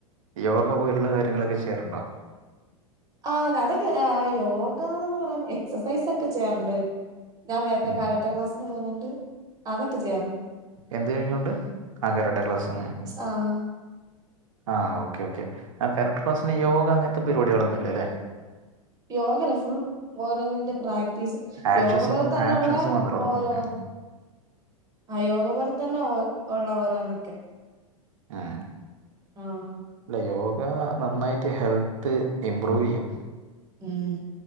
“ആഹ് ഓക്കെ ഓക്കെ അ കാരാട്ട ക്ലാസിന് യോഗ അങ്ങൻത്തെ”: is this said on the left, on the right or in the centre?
Right